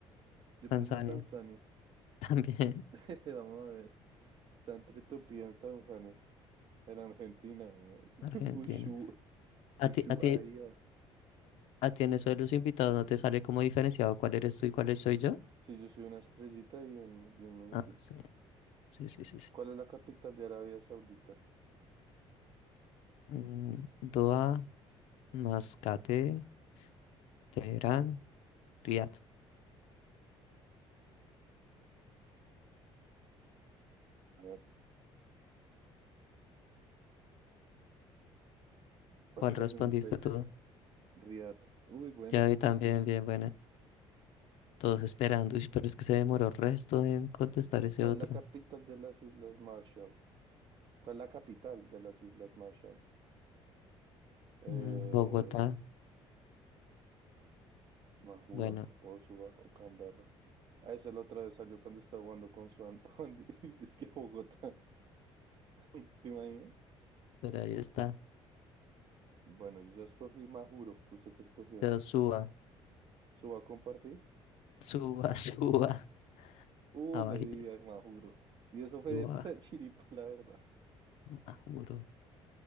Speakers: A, on the right (about 45°); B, on the left (about 80°).
A: Yo
B: Tanzania,
A: puse Tanzania.
B: <laughs> también
A: <laughs> Vamos a ver. Está entre Etiopía y Tanzania. En Argentina, weón.
B: Argentina.
A: <laughs> Ushu,
B: A
A: Ushuaia.
B: ti, a ti, Ah, tiene eso de los invitados, ¿no te sale como diferenciado cuál eres tú y cuál soy yo?
A: Sí, yo soy una estrellita y un, y un muñequito.
B: Ah, sí, sí, sí, sí. sí.
A: ¿Cuál es la capital de Arabia Saudita?
B: Mm, Doha, Mascate, Teherán, Riad.
A: A ver. <laughs>
B: ¿Cuál
A: Es
B: respondiste
A: mi pex.
B: tú?
A: Riad. Uy, buena.
B: Ya vi también, bien buena. Todos esperando. Uy, pero es que se demoró resto en contestar ese
A: ¿Cuál
B: otro.
A: es la capital de las Islas Marshall? ¿Cuál es la capital de las Islas Marshall? Eh,
B: Mm, Bogotá,
A: Majuro
B: bueno,
A: o Suba o Canberra. A esa la otra vez salió cuando estaba jugando con su An- <laughs> Andy. Es que Bogotá, <laughs> ¿te imaginas?
B: pero ahí está.
A: Bueno, yo ya escogí Majuro. ¿Usted qué escogió?
B: Pero suba,
A: ¿Su va a compartir?
B: suba, <laughs> suba.
A: Uy,
B: Abajito,
A: le di a Majuro. Y eso fue
B: suba.
A: para <laughs> chiripa, la verdad.
B: Ah, juro.